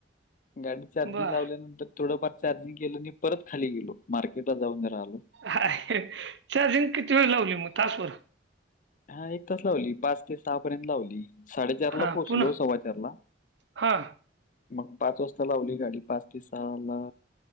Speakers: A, on the left; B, on the right.
A: गाडी चार्जिंग
B: बर
A: लावल्यानंतर थोडंफार चार्जिंग केलं आणि परत खाली गेलो मार्केट ला जाऊन राहिलो.
B: हा चार्जिंग किती? वेळ लावली मग तासभर.
A: हा एक तास लावली पाच ते सहा पर्यंत लावली. साडेचार
B: हा
A: ला पोहोचलो
B: पुन्हा
A: सव्वा चार ला.
B: हा
A: मग पाच वाजता लावली गाडी पाच ते सहा ला.